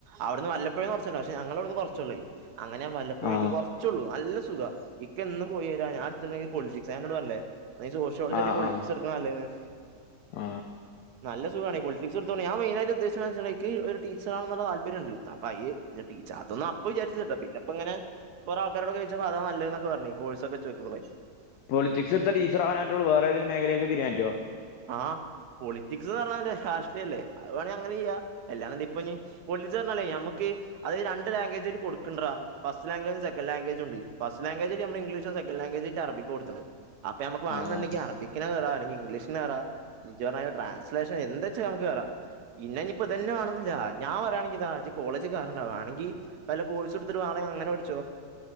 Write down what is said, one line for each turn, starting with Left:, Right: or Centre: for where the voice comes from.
Right: അവിടുന്ന് വല്ലപ്പുഴേന്ന് കുറച്ചുണ്ട് പക്ഷെ ഞങ്ങളവിടുന്ന് കുറച്ചുള്ളേയ് അങ്ങനെ ഞാൻ വല്ലപ്പോഴും
Left: ആ
Right: വീട്ടിൽ <unintelligible> കുറച്ചുള്ളു നല്ല സുഖ എന്നിക്കെന്നും പോയി വരാൻ ഞാൻ അടുത്തുണ്ടെങ്കി പൊലിറ്റിക്സ എന്നോട് പറഞ്ഞില്ലെ നീ <unintelligible> <unintelligible>
Left: ആ
Right: പൊളിറ്റിക്സ്
Left: ആ
Right: എടുക്കുന്നതാ നല്ലതെന്ന്
Left: ആ
Right: നല്ല സുഖമാണ് പൊളിറ്റിക്സ് <unintelligible> ഞാൻ മൈൻ ആയിട്ട് <unintelligible> ഇക്ക് ഒരു <unintelligible> തല്പര്യംണ്ട് <unintelligible> അതൊന്നും അപ്പൊ വിചാരിച്ചിട്ടില്ല പിന്ന ഇപ്പോ ഇങ്ങനെ കുറേ ആൾകാരോട് ചോയ്ച്ചപ്പോ അത നല്ലതെന്ന് ഒക്കെ <unintelligible> കോഴ്സക്കെ <unintelligible>
Left: പൊളിറ്റിക്സ് എടുത്ത ടീച്ചേറാകാനെ പറ്റുള്ളു വേറെ ഏതെങ്കിലും മേഖലേക്ക് തിരിയാൻ പറ്റോ
Right: ആഹ പോളിറ്റിക്സ് എന്ന് പറഞ്ഞാൽ <unintelligible> അത് വേണെങ്കിൽ അങ്ങനെ ചെയ്യ <unintelligible> ഇപ്പൊ <unintelligible> <unintelligible> ഞമ്മക്ക് അത് രണ്ട് ലാംഗ്വേജായ്ട്ട് <unintelligible> ഫസ്റ്റ് ലാംഗ്വേജും സെക്കൻഡ് ലാംഗ്വേജും ഉണ്ട് ഫസ്റ്റ് ലാംഗ്വേജ് <unintelligible> ഇംഗ്ലീഷും സെക്കന്റ്‌ ലാംഗ്വേജ് ആയിട്ട് അറബിക്കും കൊടുതിട്ടുണ്ട് അപ്പ നമുക്ക് വേണന്നുണ്ടെങ്കിൽ
Left: ആ ആ
Right: അറബിക്നു കേറ അല്ലങ്കിൽ ഇംഗ്ലീഷിന് <unintelligible> ട്രാൻസ്ലേഷൻ എന്താ വച്ചാ നമുക്ക് കേറാം പിന്നെ ഇനി ഇപ്പ ഇതന്നെ വേണെന്നില്ല ഞാൻ പറയാണെങ്കിൽ ഇതാ ഇജ്ജ് കോളേജിൽ കേറണ്ട വാണെങ്കി വല്ല കോഴസ് എടുത്തിട്ട് വേണേ അങ്ങന പഠിച്ചോ